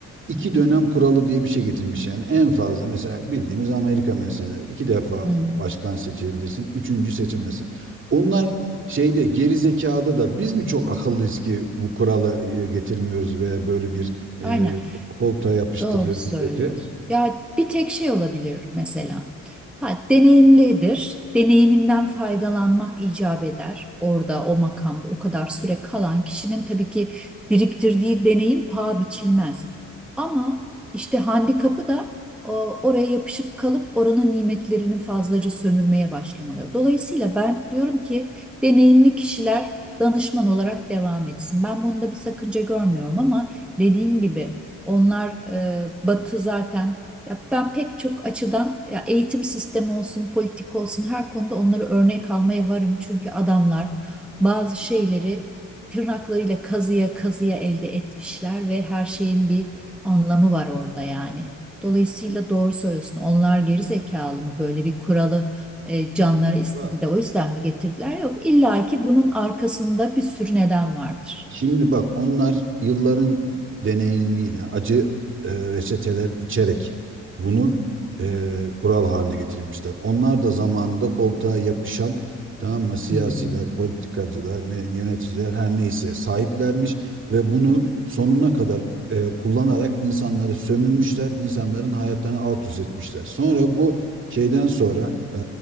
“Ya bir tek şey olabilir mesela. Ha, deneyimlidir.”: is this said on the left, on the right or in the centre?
Centre